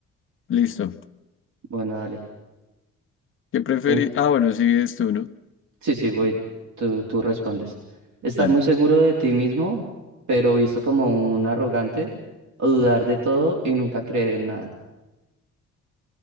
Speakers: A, on the left; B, on the right.
A: Listo.
B: Bueno, dale.
A: ¿Qué preferí?
B: En-
A: Ah, bueno, sigues tú, ¿no?
B: Sí, sí, voy, tú, tú respondes. Estar
A: Dale.
B: muy seguro de ti mismo, pero visto como un arrogante, o dudar de todo y nunca creer en nada.